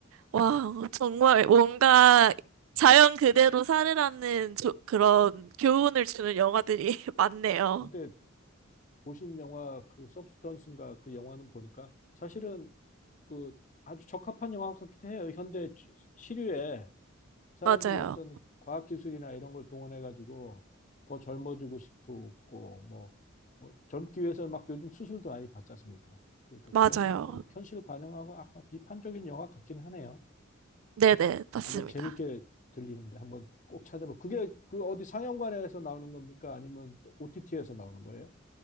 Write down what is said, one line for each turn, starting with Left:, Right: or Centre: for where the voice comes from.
Right: 와, 정말 뭔가
Left: 네.
Right: 자연 그대로 살으라는 조- 그런 교훈을 주는 영화들이 <laughs> 많네요.
Left: 근데 보신 영화 그 서브스턴스인가 그 영화는 보니까 사실은 그 아주 적합한 영화 같기도 해요. 현대 시- 시류에 사람들이
Right: 맞아요.
Left: 어떤 과학기술이나 이런 걸 동원해가지고 더 젊어지고 싶고, 뭐, 뭐 젊기 위해서는 막 요즘 수술도 많이 받지 않습니까? 그러니까
Right: 맞아요.
Left: 그런 거를 현실을 반영하고 약간 비판적인 영화 같긴 하네요.
Right: 네네. 맞습니다.
Left: 아주 재밌게 들리는데 한번 꼭 찾아봐. 그게 그 어디 상영관에서 나오는 겁니까? 아니면 OTT에서 나오는 거예요?